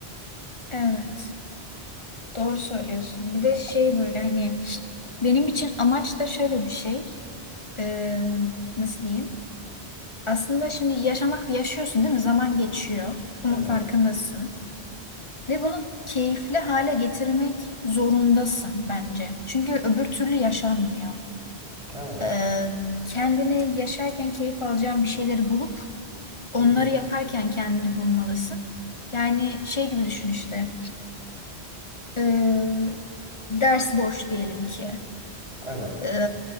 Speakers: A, on the left (about 30°); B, on the right (about 40°).
A: Evet. Doğru söylüyorsun. Bir de şey böyle hani benim için amaç da şöyle bir şey. Ee, nasıl diyeyim? Aslında şimdi yaşamak yaşıyorsun değil mi? Zaman geçiyor. Bunun
B: Evet.
A: farkındasın. Ve bunu keyifli hale getirmek zorundasın bence. Çünkü öbür türlü yaşanmıyor.
B: Evet.
A: Ee, kendini yaşarken keyif alacağın bir şeyleri bulup Onları
B: Hı hı.
A: yaparken kendini bulmalısın. Yani şey gibi düşün işte. e, ders boş diyelim ki.
B: Evet.
A: e,